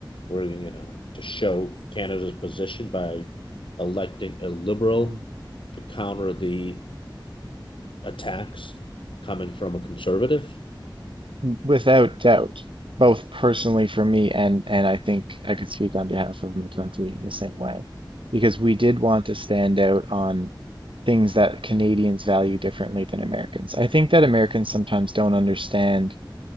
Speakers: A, on the left; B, on the right.
A: we're you know to show Canada's position by electing a liberal
B: mm,
A: to counter the attacks coming from a conservative?
B: without doubt, both personally for me and and I think I could speak on behalf of my country in the same way, because we did want to stand out on things that Canadians value differently than Americans. I think that Americans sometimes don't understand,